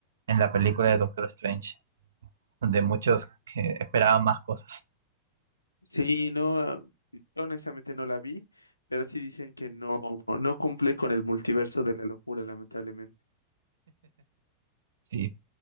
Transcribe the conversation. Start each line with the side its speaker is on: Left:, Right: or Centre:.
Right: en la película de Doctor Strange, donde muchos que esperaban más cosas.
Left: Sí, no, ah, yo honestamente no la vi, pero sí dicen que no, no cumple con el multiverso de la locura, lamentablemente.
Right: Sí,